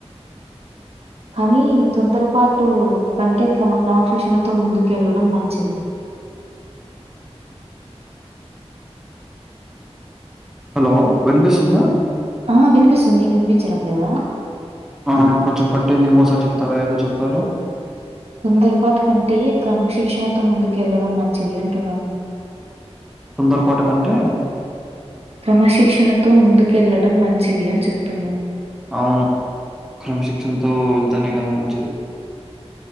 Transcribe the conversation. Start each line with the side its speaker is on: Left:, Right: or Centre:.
Right: కానీ తొందరపాటు కంటే క్రమ క్రమశిక్షణతో ముందుకెళ్ళడం మంచిది
Centre: హలో వినిపిస్తుందా
Right: ఆ వినిపిస్తుంది మీకు వినిపించడం లేదా
Centre: ఆ కొంచెం కట్టయింది ఇంకోసారి చెప్తారా ఏదో చెప్పారు
Right: తొందరపాటు కంటే క్రమశిక్షణతో ముందుకెళ్లడం మంచిది అంటున్నాను.
Centre: తొందరపటు కంటే
Right: క్రమశిక్షణతో ముందుకెళ్లడం మంచిది అని చెప్తున్నా
Centre: అవును క్రమశిక్షణతో వెళ్తానే కదా మంచిది